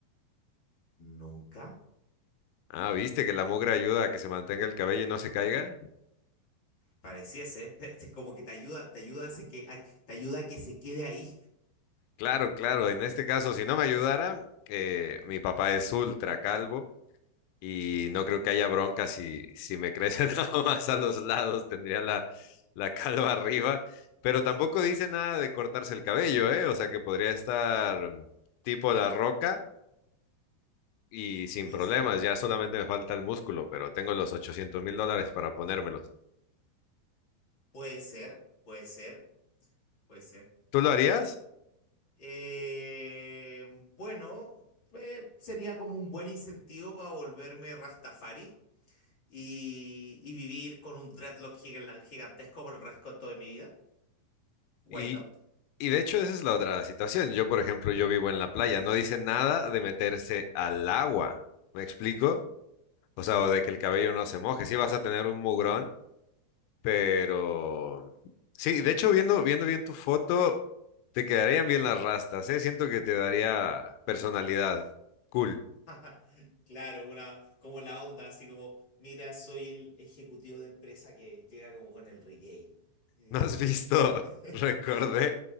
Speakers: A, on the left; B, on the left.
A: nunca.
B: Ah, ¿viste que la mugre ayuda a que se mantenga el cabello y no se caiga?
A: Pareciese, <laughs> como que te ayuda, te ayuda a, se que, a- te ayuda a que se quede ahí.
B: Claro, claro. En este caso, si no me ayudara, eh, mi papá es ultra calvo y no creo que haya bronca si, si me crece <laughs> nada más a los lados. Tendría la, la calva arriba. Pero tampoco dice nada de cortarse el cabello, ¿eh? O sea que podría estar tipo la roca y sin
A: Tú
B: problemas,
A: dices,
B: ya solamente me falta el músculo, pero tengo los ochocientos mil dólares para ponérmelos.
A: puede ser, puede ser, puede ser.
B: ¿Tú lo harías?
A: Eh, bueno, eh, sería como un buen incentivo para volverme Rastafari. y, y vivir con un dreadlock gigan- gigantesco por el resto de mi vida. Why
B: Y,
A: not?
B: y de hecho esa es la otra situación. Yo, por ejemplo, yo vivo en la playa, no dice nada de meterse al agua, ¿me explico? O sea, o de que el cabello no se moje, sí vas a tener un mugrón, pero... Sí, de hecho, viendo, viendo bien tu foto, te quedarían bien las rastas, ¿eh? Siento que te daría personalidad. Cool.
A: <laughs> Claro, una, como la onda, así como, mira, soy el ejecutivo de empresa que llega como con el reggae. Y
B: ¿No has
A: como,
B: visto?
A: <laughs>
B: <laughs> Recordé,